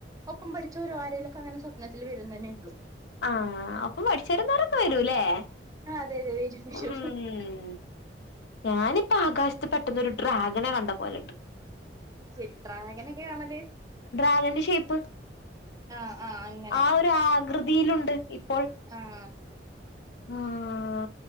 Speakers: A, on the right (about 20°); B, on the left (about 70°).
A: ഒപ്പം പഠിച്ച ഒരുര ആരേലൊക്കെ അങ്ങനെ സ്പനത്തിൽ വരും തന്നെ ഉള്ളൂ
B: ആഹ അപ്പൊ പഠിച്ചരുന്നറൊക്കെ വരൂല്ലേ?
A: ആ് അതെ അതെ വരും വരും
B: ഉം ഞാനിപ്പോ ആകാശത്ത് പെട്ടെന്ന ഒരു ഡ്രാഗനെ കണ്ട പോലുണ്ട്
A: ശരി ഡ്രാഗനൊക്കെ കാണല്?
B: ഡ്രാഗൻ ഷേപ്പ്
A: ആഹ് ആഹ് അങ്ങനെ
B: ആ ഒരു ആകൃതിയിലുണ്ട് ഇപ്പോൾ
A: ആഹ
B: ആഹ